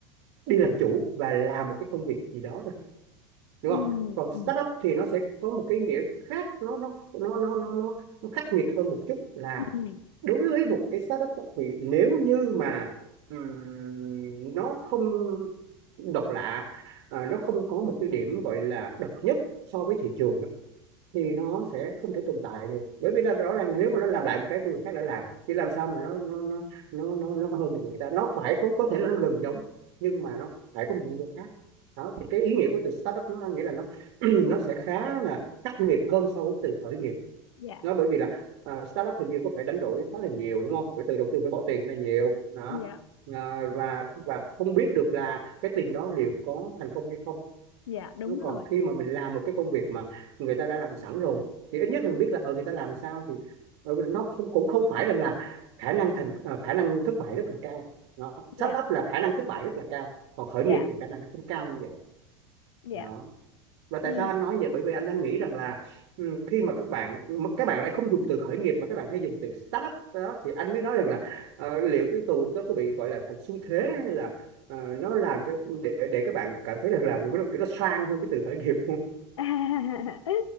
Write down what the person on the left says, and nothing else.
ừ
ừ
Ừ.
dạ
dạ
dạ đúng
rồi
dạ
dạ
dạ
ừ
<laughs>